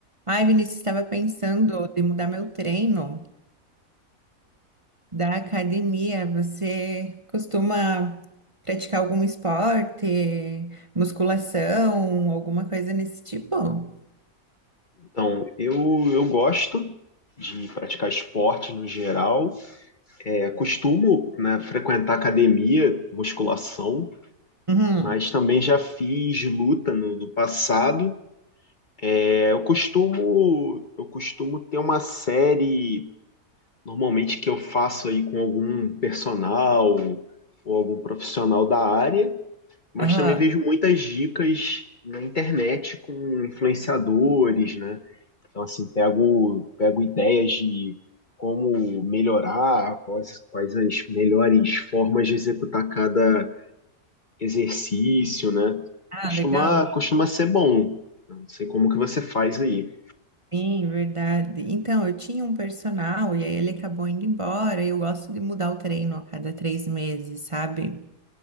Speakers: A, on the right; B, on the left.
A: Ai, Vinícius, estava pensando de mudar meu treino da academia. Você costuma praticar algum esporte, musculação, alguma coisa nesse tipo?
B: Então, eu, eu gosto de praticar esporte no geral. É, costumo, né, frequentar academia, musculação,
A: Uhum.
B: mas também já fiz luta no, no passado. É, eu costumo, eu costumo ter uma série normalmente que eu faço aí com algum personal ou algum profissional da área, mas
A: Ah,
B: também vejo muitas dicas na internet com influenciadores, né? Então, assim, pego, pego ideias de como melhorar, quais, quais as melhores formas de executar cada exercício, né?
A: ah,
B: Costuma,
A: legal.
B: costuma ser bom. Não sei como que você faz aí.
A: Sim, verdade. Então, eu tinha um personal e aí ele acabou indo embora. e Eu gosto de mudar o treino a cada três meses, sabe?